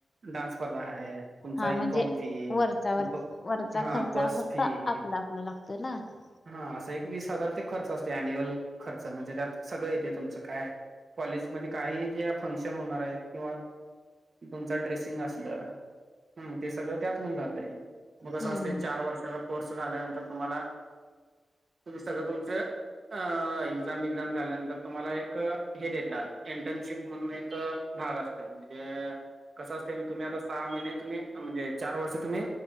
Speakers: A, on the right; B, on the left.
A: डान्स स्पर्धा आहे, तुमचा
B: हा
A: युनिफॉर्म
B: म्हणजे
A: फी
B: वरचा वर
A: ब
B: वरचा
A: हा
B: खर्चा
A: बस
B: फक्त
A: फी
B: आपला आपला लागतोय ना प
A: हा असं एक वीस हजार ते खर्च असते अन्युअल खर्च म्हणजे त्यात सगळं येते तुमच काय कॉलेजमध्ये काही जे फंक्शन होणार आहेत किंवा तुमच ड्रेसिंग असल हम्म ते सगळ त्यात होऊन जात मग अस
B: हम्म
A: असते
B: हम्म.
A: चार वर्षाचा झाल्यानंतर तुम्हाला तुम्ही सगळ तुमच अह इन एक्झाम बीक्झाम झाल्यांतर तुम्हाला एक हे देतात इंटर्नशिप म्हणून एक भाग असतो म्हणजे कसं असत म तुम्ही आता सहा महिने तुम्ही म्हणजे चार वर्ष तुम्ही